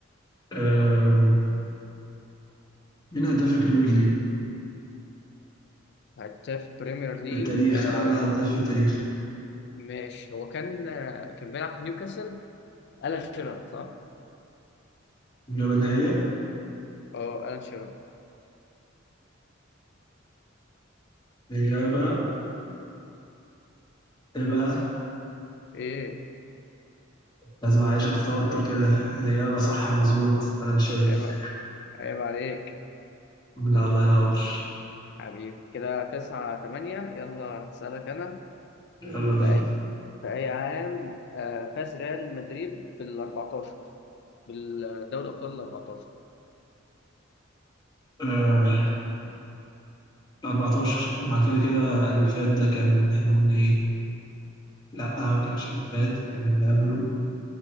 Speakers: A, on the left; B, on the left.
A: أم، مين هداف البريمير ليج
B: هداف بريمير ليج
A: في التاريخ
B: آه
A: اعلى هداف في التاريخ
B: ماشي هو كان آه كان بيلعب في نيوكاسل ألان شيرر صح؟
A: اجابه نهائيه
B: اه ألان شيرر
A: الاجابه تبقى
B: ايه
A: لازم اعيشك في توتر كده الاجابه صح مظبوط انا شايف
B: عيب عيب عليك
A: لا الله ينور
B: حبيبي كده تسعة تمانية يلا هسألك أنا
A: يلا بينا
B: في أي في أي عام آه، فاز ريال مدريد بال14 بالدوري أبطال ال14
A: آه 14 مع كده كده اللي فات ده كان احنا قلنا ايه لا ما كانش اللي فات كان اللي قبله